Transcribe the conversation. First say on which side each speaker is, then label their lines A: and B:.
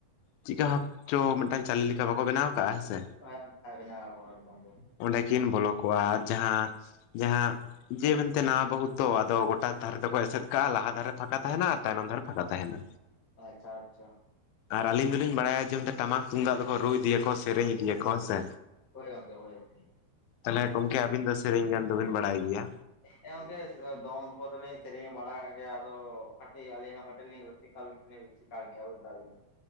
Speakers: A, on the left; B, on the left.
A: ᱪᱤᱫᱠᱟ ᱵᱷᱟᱵ ᱪᱚ ᱢᱤᱫᱴᱟᱝ ᱪᱟᱹᱞᱤ ᱞᱮᱠᱟ ᱵᱟᱠᱚ ᱵᱮᱱᱟᱣ ᱟᱠᱟᱜᱼᱟ ᱦᱮᱸ ᱥᱮ᱾
B: ᱦᱮᱸ ᱜᱚᱝᱠᱮ ᱵᱮᱱᱟ ᱟᱠᱚ ᱮᱠᱫᱚᱢ ᱜᱮ᱾
A: ᱚᱸᱰᱮ ᱠᱤᱱ ᱵᱚᱞᱚ ᱠᱚᱜᱼᱟ ᱡᱟᱦᱟᱸ ᱡᱟᱦᱟᱸ ᱡᱮ ᱢᱮᱱᱛᱮ ᱱᱟᱣᱟ ᱵᱟᱹᱦᱩ ᱛᱚ ᱟᱫᱚ ᱜᱚᱴᱟ ᱫᱷᱟᱨᱮ ᱛᱮᱠᱚ ᱮᱥᱮᱫ ᱠᱟᱜᱼᱟ ᱞᱟᱦᱟ ᱫᱷᱟᱨᱮ ᱯᱷᱟᱸᱠᱟ ᱛᱟᱦᱮᱸᱱᱟ ᱟᱨ ᱛᱟᱭᱱᱚᱢ ᱫᱷᱟᱨᱮ ᱯᱷᱟᱸᱠᱟ ᱛᱟᱦᱮᱱᱟ᱾
B: ᱟᱪᱪᱷᱟ ᱟᱪᱪᱷᱟ
A: ᱟᱨ ᱟᱹᱞᱤᱧ ᱫᱚᱞᱤᱧ ᱵᱟᱲᱟᱭᱟ ᱡᱮ ᱢᱮᱱᱛᱮ ᱴᱟᱢᱟᱠ ᱛᱩᱢᱫᱟᱜ ᱫᱚᱠᱚ ᱨᱩ ᱤᱫᱤᱭᱟᱠᱚ ᱥᱮᱨᱮᱧ ᱤᱫᱤᱭᱟᱠᱚ ᱦᱮᱸᱥᱮ᱾
B: ᱦᱳᱭ ᱜᱚᱝᱠᱮ ᱦᱳᱭ ᱦᱳᱭ᱾
A: ᱛᱟᱦᱚᱞᱮ ᱜᱚᱝᱠᱮ ᱟᱵᱤᱱ ᱫᱚ ᱥᱮᱨᱮᱧ ᱜᱟᱱ ᱫᱚᱵᱤᱱ ᱵᱟᱲᱟᱭ ᱜᱮᱭᱟ?
B: ᱦᱮᱸ ᱜᱚᱝᱠᱮ ᱫᱚᱝ ᱠᱚᱫᱚᱞᱤᱧ ᱥᱮᱨᱮᱧ ᱵᱟᱲᱟᱭᱮᱫ ᱜᱮᱭᱟ ᱟᱫᱚ ᱠᱟᱹᱴᱤᱡ ᱟᱹᱞᱤᱧ ᱦᱚᱸ ᱠᱟᱹᱴᱤᱡ ᱞᱤᱧ <unintelligible> ᱜᱮᱭᱟ ᱵᱩᱡᱽ ᱫᱟᱵᱤᱱ᱾